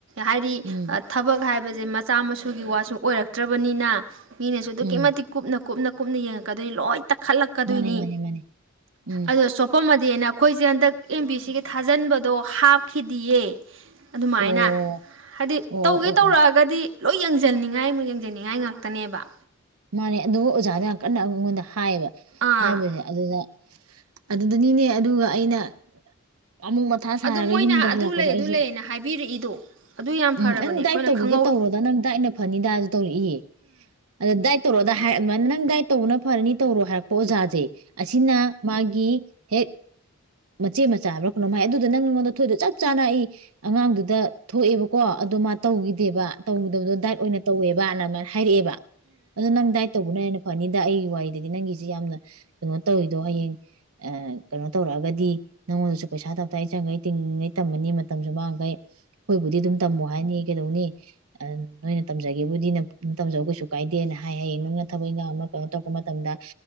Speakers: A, on the right (about 55°); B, on the right (about 75°).
A: ꯍꯥꯏꯗꯤ
B: ꯎꯝ
A: ꯊꯕꯛ ꯍꯥꯏꯕ ꯍꯥꯏꯕꯁꯦ ꯃꯆꯥ ꯃꯁꯨꯒꯤ ꯋꯥꯁꯨ ꯑꯣꯏꯔꯛꯇ꯭ꯔꯕꯅꯤꯅ ꯑ ꯃꯤꯅꯦ ꯁꯨꯗ ꯀꯃ
B: ꯎꯝ
A: ꯊ ꯈꯨ ꯅ ꯀꯨꯞꯅ ꯀꯨꯞꯅ ꯌꯦꯡꯉꯛꯀꯗꯣꯏꯅꯤ ꯂꯣꯏꯅ ꯇꯛꯈꯠꯂꯛꯀꯗꯣꯏꯅꯤ
B: ꯃꯥꯅꯦ ꯃꯥꯅꯦ ꯃꯥꯅꯦ ꯎꯝ
A: ꯑ ꯁꯣꯄ ꯗꯅ ꯑꯩꯈꯣꯏꯁꯦ ꯍꯟꯗꯛ ꯑꯦꯝ ꯕꯤ ꯁꯤꯒꯤ ꯊꯥꯖꯟꯕꯗꯣ ꯍꯥꯞꯈꯤꯗꯤꯌꯦ ꯑꯗꯨꯃꯥꯏꯅ
B: ꯑꯣ
A: ꯍꯥꯏꯗꯤ
B: ꯑꯣ
A: ꯇꯧꯒꯦ
B: ꯑꯣ
A: ꯇꯧꯔꯛꯑꯒꯗꯤ
B: ꯑꯣ
A: ꯂꯣꯏ ꯌꯦꯡꯁꯤꯟꯅꯤꯡꯉꯥꯏ ꯑꯃꯨꯛ ꯌꯦꯡꯁꯤꯅꯤꯡꯉꯥꯏ ꯉ ꯀꯅꯦꯕ
B: ꯃꯥꯅꯦ ꯑꯗꯨꯕꯨ ꯑꯣꯖꯥꯗ ꯌꯥꯝ ꯀꯟꯅ ꯑꯩꯉꯣꯟꯗ ꯍꯥꯏꯕ
A: ꯑꯥ
B: ꯍꯥꯏꯕꯁꯦ ꯑꯗꯨꯗ ꯑꯗꯨꯗꯅꯤꯅꯦ ꯑꯗꯨꯒ ꯑꯩꯅ ꯑꯃꯨꯛ ꯃꯊꯥ ꯁꯥꯔꯒ
A: ꯑꯗꯣ ꯃꯣꯏꯅ
B: ꯌꯨꯝꯗ
A: ꯑꯗꯨ
B: ꯍꯜꯂꯛꯄꯗ
A: ꯂꯩ
B: ꯑꯩꯁꯨ
A: ꯑꯗꯨ ꯂꯩꯅ ꯍꯥꯏꯕꯤꯔꯛꯏꯗꯣ ꯑꯗꯨ ꯌꯥꯝ
B: ꯎꯝ
A: ꯐꯔꯕꯅꯦ
B: ꯅꯪ
A: ꯑꯩꯈꯣꯏꯅ
B: ꯗꯥꯏꯠ ꯇꯧꯒꯦꯒ
A: ꯈꯪꯍꯧ
B: ꯇꯧꯔꯗ ꯅꯪ ꯗꯥꯏꯠꯅ ꯐꯅꯤ ꯗꯥꯁꯨ ꯇꯧꯔꯛꯏꯌꯦ ꯑꯗ ꯗꯥꯏ ꯇꯧꯔꯑꯣꯗꯥ ꯍꯥꯏ ꯑꯗꯨꯃꯥꯏꯅ ꯅꯪ ꯗꯥꯏꯠ ꯇꯧꯕꯅ ꯐꯔꯅꯤ ꯇꯧꯔꯣ ꯍꯥꯌꯔꯛꯄꯥ ꯑꯣꯖꯥ ꯁꯦ ꯑꯁꯤꯅ ꯃꯥꯒꯤ ꯍ ꯃꯆꯦ ꯃꯆꯥ ꯍꯥꯏꯕꯔꯥ ꯀꯩꯅꯣꯝ ꯃꯥꯏ ꯑꯗꯨꯗ ꯅꯪꯉꯣꯟꯗ ꯊꯣꯏꯗ ꯆꯞ ꯆꯥꯅ ꯑꯩ ꯑꯉꯥꯡꯗꯨꯗ ꯊꯣꯛꯑꯦꯕ ꯀꯣ ꯑꯗꯣ ꯃꯥ ꯇꯧꯈꯤꯗꯦꯕ ꯇꯧꯈꯤꯗꯕꯗꯣ ꯗꯥꯏꯔꯠ ꯑꯣꯏꯅ ꯇꯧꯋꯦꯕ ꯑꯗꯨꯃꯥꯏꯅ ꯍꯥꯏꯔꯛꯑꯦꯕ ꯑꯗꯣ ꯅꯪ ꯗꯥꯏꯠ ꯇꯧꯕꯅ ꯍꯦꯟꯅ ꯐꯅꯤ ꯑꯩꯒꯤ ꯋꯥꯔꯤꯗꯗꯤ ꯅꯪꯒꯤ ꯁꯤ ꯌꯥꯝꯅ ꯀꯩꯅꯣ ꯇꯧꯔꯤꯗꯣ ꯍꯌꯦꯡ ꯑꯥ ꯀꯩꯅꯣ ꯇꯧꯔꯛꯑꯒ ꯒꯗꯤ ꯅꯪꯉꯣꯟꯗꯁꯨ ꯄꯩꯁꯥ ꯇꯞꯇꯥꯏ ꯆꯪꯉꯩ ꯇꯤꯡꯉꯩ ꯇꯝꯃꯅꯤ ꯃꯇꯝꯁꯨ ꯃꯥꯡꯈꯩ ꯑꯩꯈꯣꯏꯕꯨꯗꯤ ꯑꯗꯨꯝ ꯇꯝꯃꯣ ꯍꯥꯏꯅꯤ ꯀꯩꯗꯧꯅꯤ ꯅꯣꯏꯅ ꯇꯝꯖꯒꯦꯕꯨꯗꯤ ꯑꯗꯨꯝ ꯇꯝꯖꯧ ꯀꯩꯁꯨ ꯀꯥꯏꯗꯦꯅ ꯍꯥꯏ ꯍꯌꯦꯡ ꯅꯪꯅ ꯊꯕꯛ ꯏꯟꯈꯥꯡ ꯑꯃ ꯑꯃ ꯀꯩꯅꯣ ꯇꯧꯔꯛꯄ ꯃꯇꯝꯗ